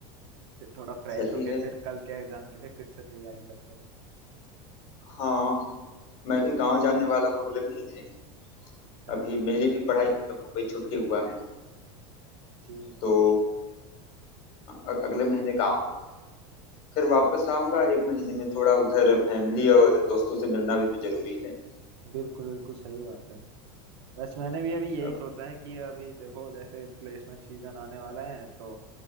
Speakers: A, on the right; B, on the left.
A: फिर थोड़ा फ्रेश
B: सही
A: होके
B: है
A: फिर कल के एग्जाम के लिए फिर से तैयारी करते हैं
B: हाँ मैं भी गांव जाने वाला हूँ अगले महीने
A: अच्छा
B: अभी मेरी भी पढ़ाई खत्म हो गई छुट्टी हुआ है
A: जी
B: तो अ- अगले महीने गांव फिर वापस आऊंगा एक महीने में थोड़ा उधर फैमिली और दोस्तों से मिलना भी तो जरूरी है
A: बिल्कुल बिल्कुल सही बात है बस मैंने भी अभी यही
B: अब
A: सोचा है कि अभी देखो जैसे प्लेसमेंट सीजन आने वाला है तो